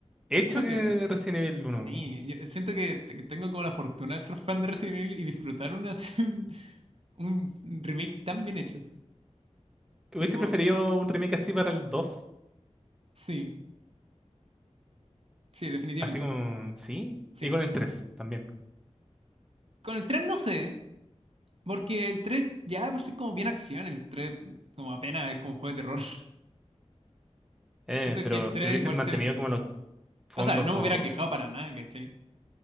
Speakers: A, in the centre; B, on the right.
A: hecho
B: De hecho
A: que
B: que t-
A: Resident Evil uno
B: sí, yo siento que, te- que tengo como la fortuna de ser fan de Resident Evil y disfrutar una, <laughs> así un, un remake tan bien hecho.
A: Hubiese
B: Tipo,
A: preferido un remake así para el dos
B: sí, sí, definitivamente,
A: así como, sí,
B: sí.
A: y con el tres también.
B: Con el 3 no sé, porque el tres ya de por sí es como bien acción, el 3 como apenas es como juego de terror. <laughs>
A: Eh,
B: Siento
A: pero
B: que el 3
A: si hubiesen
B: igual
A: mantenido
B: se...
A: como los fondos,
B: O sea, no
A: como...
B: me hubiera quejado para nada, ¿cachai?